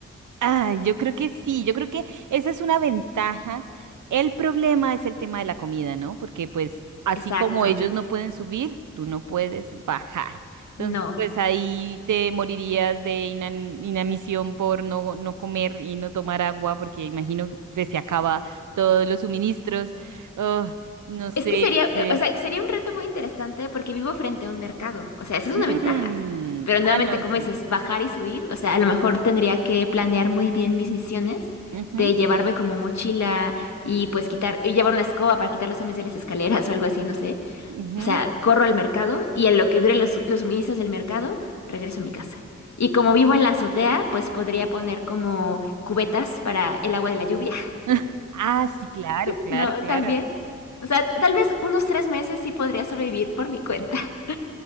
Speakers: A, on the right (about 80°); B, on the left (about 65°).
A: Ah, yo creo que sí, yo creo que esa es una ventaja. El problema es el tema de la comida, ¿no? Porque pues así
B: Exacto,
A: como ellos no pueden subir, tú no puedes bajar. Entonces,
B: no.
A: pues ahí te morirías de inam- inanición por no, no comer y no tomar agua, porque imagino que se acaba todos los suministros. Oh, no sé,
B: Es que sería,
A: no sé.
B: eh, o sea, sería un reto muy interesante porque vivo frente a un mercado. O sea, esa es
A: Mm,
B: una ventaja. Pero nuevamente,
A: Ah, no,
B: como
A: sí.
B: dices, bajar y subir. O sea, a lo mejor tendría que planear muy bien mis misiones
A: Ujú,
B: de llevarme como mochila y pues quitar, y llevar una escoba para quitar los zombies de las escaleras o algo así, no sé.
A: ujú.
B: O sea, corro al mercado y en lo que duren los, los suministros del mercado, regreso a mi casa. Y como vivo en la azotea, pues podría poner como cubetas para el agua de la lluvia
A: <laughs> Ah, sí, claro, claro,
B: no,
A: claro.
B: también. O sea, t- tal vez unos tres meses sí podría sobrevivir por mi cuenta. <laughs>